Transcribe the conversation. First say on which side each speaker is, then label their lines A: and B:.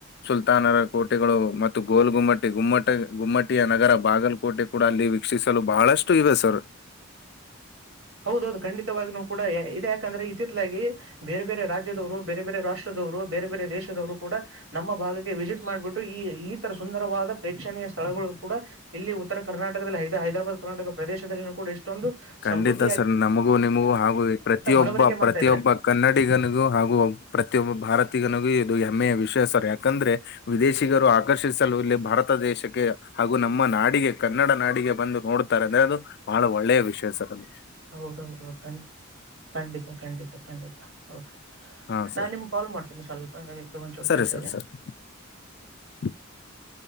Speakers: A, on the left (about 55°); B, on the right (about 75°).
A: ಸುಲ್ತಾನರ ಕೋಟೆಗಳು ಮತ್ತು ಗೋಲ್ ಗುಮ್ಮಟ್ ಗುಮ್ಮಟ ಗುಮ್ಮಟ್ ಟ ನಗರ ಬಾಗಲಕೋಟೆ ಕೂಡ ಅಲ್ಲಿ ವೀಕ್ಷಿಸಲು ಬಹಳಷ್ಟು ಇವೆ ಸರ್.
B: ಹೌದೌದು ಖಂಡಿತವಾಗಿನೂ ಕೂಡ ಇದು ಯಾಕಂದ್ರೆ ಇತಿತ್ಲಾಗಿ ಬೇರೆ ಬೇರೆ ರಾಜ್ಯದವರು ಬೇರೆ ಬೇರೆ ರಾಷ್ಟ್ರದ ರು ಬೇರೆ ಬೇರೆ ದೇಶದವರು ಕೂಡ ನಮ್ಮ ಭಾಗಕ್ಕೆ ವಿಸಿಟ್ ಮಾಡ್ಬಿಟ್ಟು ಈ ಈ ತರ ಸುಂದರವಾದ ಪ್ರೇಕ್ಷಣೀಯ ಸ್ಥಳಗಳು ಕೂಡ ಇಲ್ಲಿ ಉತ್ತರ ಕರ್ನಾಟಕದಲ್ಲಿ ಹೈದ್ ಹೈದರಾಬಾದ್ ಕರ್ನಾಟಕ ಪ್ರದೇಶದಲ್ಲಿ ಕೂಡ ಇಷ್ಟೊಂದು
A: ಖಂಡಿತ
B: ಸಮೃದ್ಧ
A: ಸರ್ ನಮಗೂ ನಿಮಗೂ ಹಾಗೂ ಈ ಪ್ರತಿಯೊಬ್ಬ
B: ಮನವರಿಕೆ ಮಾಡ್ತಾ
A: ಪ್ರತಿಯೊಬ್ಬ
B: ಇದ್ದಾರೆ
A: ಕನ್ನಡಿಗನಿಗೂ ಹಾಗೂ ಪ್ರತಿಯೊಬ್ಬ ಭಾರತೀಗನಿಗ್ ಇದು ಹೆಮ್ಮೆಯ ವಿಷಯ ಸರ್ ಯಾಕಂದ್ರೆ ವಿದೇಶಿಗರು ಆಕರ್ಷಿಸಲು ಇಲ್ಲಿ ಭಾರತ ದೇಶಕ್ಕೆ ಹಾಗು ನಮ್ಮ ನಾಡಿಗೆ ಕನ್ನಡ ನಾಡಿಗೆ ಬಂದು ನೋಡ್ತಾರೆ ಅಂದ್ರೆ ಅದು ಬಹಳ ಒಳ್ಳೆಯ ವಿಷಯ ಸರ್ ಅದು ನಮ್
B: ಹೌದ್ ಹೌದ್ ಖಂಡಿತ ಖಂಡಿತ ಖಂಡಿತ ಓಕೆ.
A: ಹಾ
B: ನಾನ್
A: ಸರ್
B: ನಿಮ್ಗ್ ಕಾಲ್ ಮಾಡ್ತೀನಿ ಸ್ವಲ್ಪ ಇದು ಒಂಚೂರು
A: ಸರಿ
B: ಕೆಲ್ಸ
A: ಸರ್
B: ಇದೆ.
A: ಸರಿ <inaudible>